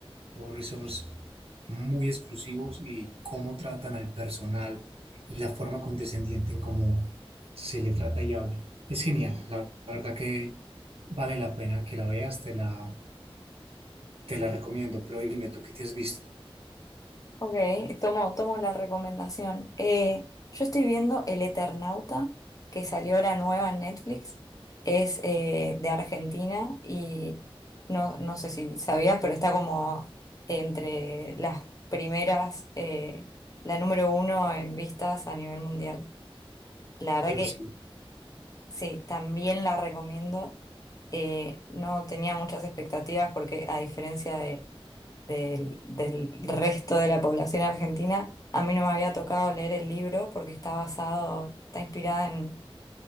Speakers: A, on the right; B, on the left.
A: o resorts muy exclusivos y cómo tratan al personal y la forma condescendiente en cómo se le trata y habla. Es genial, la verdad que vale la pena que la veas, te la, te la recomiendo, pero dime tú qué te has visto,
B: Ok, tomo, tomo la recomendación. Eh, yo estoy viendo El Eternauta, que salió ahora nueva en Netflix. Es eh, de Argentina y no, no sé si sabías, pero está como entre las primeras, eh, la número uno en vistas a nivel mundial. La verdad
A: algo
B: que
A: similar.
B: sí, también la recomiendo. Eh, no tenía muchas expectativas porque a diferencia de del, del resto de la población argentina. A mí no me había tocado leer el libro porque está basado, está inspirada en,